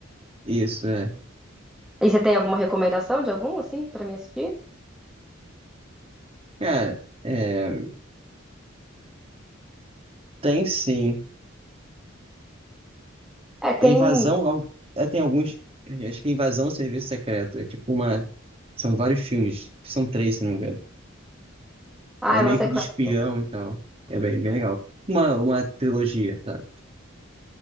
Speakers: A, on the right; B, in the centre.
A: Isso, é.
B: E você tem alguma recomendação de algum, assim, pra me assistir?
A: Cara, é, tem sim.
B: É, tem.
A: É invasão ao... é, tem alguns. eh, Acho que é invasão ao serviço secreto. É tipo uma. São vários filmes. São três, se não me engano.
B: Ah,
A: Aí
B: é
A: meio
B: uma sequência.
A: que de espião e tal. É bem, bem legal. Uma, uma trilogia, sabe?